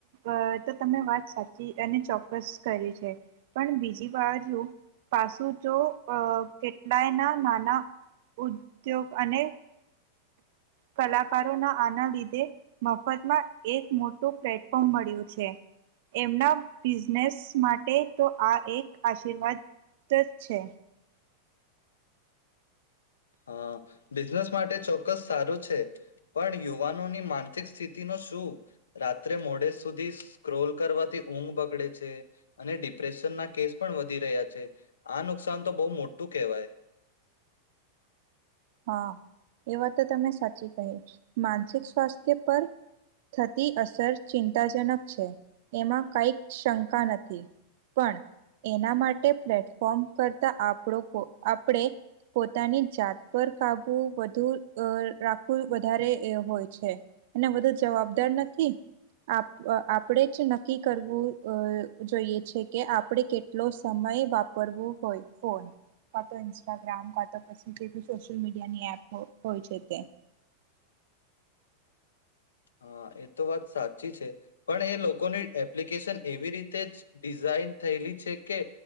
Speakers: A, on the right; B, on the left.
A: અહ તો તમે વાત સાચી અને ચોક્કસ કરી છે, પણ બીજી બાજુ પાસું જો અ કેટલાયના નાના ઉદ્યોગ અને કલાકારોના આના લીધે મફતમાં એક મોટું પ્લેટફોર્મ મળ્યું છે. એમના બિઝનેસ માટે તો આ એક આશીર્વાદ જ છે.
B: હા બિઝનેસ માટે ચોક્કસ સારું છે પણ યુવાન નોની માનસિક સ્થિતિ નું શું? રાત્રે મોડે સુધી સ્ક્રોલ કરવાથી ઊંઘ બગડે છે, અને ડિપ્રેશન ના કેસ પણ વધી રહ્યા છે. આ નુકસાન તો બહુ મોટું કહેવાય.
A: હા. એ વાત તો તમે સાચી કહી. માનસિક સ્વાસ્થ્ય પર થતી અસર ચિંતાજનક છે, એમાં કાઈક શંકા નથી, પણ એના માટે પ્લેટફોર્મ કરતા આપણો પો આપણે પોતાની જાત પર કાબુ વધુ અહ રાખવું વધારે એ હોય છે, અને વધુ જવાબદાર નથી આપ આપણેે જ નક્કી કરવું જોઈએ છે કે આપણે કેટલો સમય વાપરવું હોય ફોન, કા તો ઇન્સ્ટાગ્રામ કા તો પછી સોશિયલ મીડિયાની એપ હોય છે તે.
B: હા એ તો સાચી છે, પણ એ લો લોકોની એપ્લિકેશન એવી રીતે જ ડિઝાઇન થયેલી છે કે